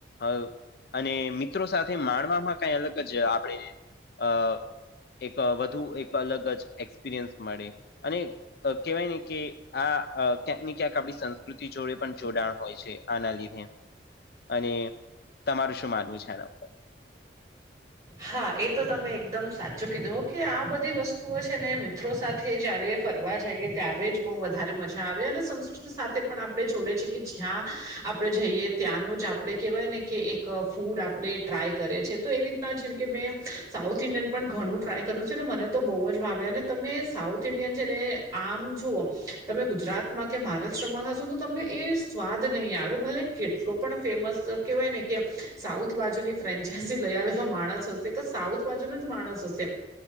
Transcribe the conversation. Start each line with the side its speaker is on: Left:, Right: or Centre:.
Left: અ અને મિત્રો સાથે માણવામાં કઈ અલગ જ આપણે અ. એક વધુ એક અલગ જ એક્સપિરિયન્સ મળે અને. કહેવાય ને કે આ ક્યાંક ને ક્યાંક આપણી સંસ્કૃતિ જોડે પણ જોડાણ હોય છે. આના લીધે અને તમારું શું માનવું છે આ.
Right: હા એ તો તમે એકદમ સાચું કીધું કે આ બધી વસ્તુઓ છે ને મિત્રો સાથે. સાથે જયારે ફરવા જઈએ ત્યારે જ બહુ વધારે મજા આવે અને સંસ્કૃતિ સાથે પણ આપણે જોડે છે. કે જ્યાં આપણેે જઈએ ત્યાંનું જ આપણે કેહેવાય ને કે એક ફૂડ આપણે ટ્રાય કરે છે. તો એવી રીતના જેમ કે મેં સાઉથ ઇન્ડિયન પણ ઘણું ટ્રાય કર્યું છે ને મને તો બહુ જ ભાવે અને. તમે સાઉથ ઇન્ડિયન છે ને આમ જુઓ તમે ગુજરાતમાં કે મહારાષ્ટ્રમાં હશો ને તો તમને એ. સ્વાદ નહી આવે ભલે કેટલો પણ ફેમસ કેહેવાય ને કે સાઉથ બાજુની ફ્રેન્ચાઈઝ. લઈ આવેલો માણસ હશે કે સાઉથ બાજુનો જ માણસ હશે.